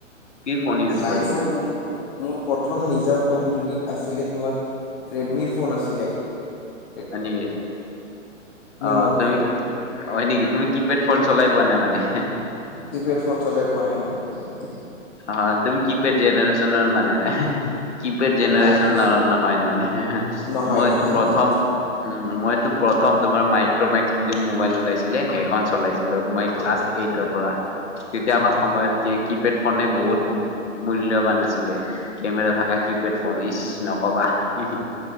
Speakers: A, on the left (about 60°); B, on the left (about 35°).
A: কি ফোন ইউজ
B: লাইফত
A: কৰিছিলা
B: মোৰ মোৰ প্ৰথম নিজা ফোন যদি আছিলে তোমাৰ ৰেডমিৰ ফোন আছিলে ।
A: হয় নেকি অ
B: নোট
A: তুমি
B: ফ'ৰ
A: কি হয় নেকি তুমি কিপেড। ফোন চলাই পোৱা নাই মানে ।
B: কিপেড ফোন চলাই পোৱা নাই মই আজিলৈকে ।
A: হয় তুমি কিপড জেনে্যনৰ মানে ন কিপেড জেনে্যনৰ
B: নাই মই চলা
A: নহয় মানে
B: নহয়
A: মইতো
B: নহয়
A: প্ৰথম
B: মই
A: উ মইতো প্ৰথম তোমাৰ মাই । ক্ৰমে্চ। বুলি মোবাইল ওলাইছিলে সেইখন চলাইছিলো। মই ক্লাছ এইটৰ পৰা তেতিয়া আমাৰ সময়ত কি কি পেড । ফোনে বহুত মূল্য । মূল্যবান আছিলে কেমেৰা থাকা কিপেড ফোন ইচ নকবা উম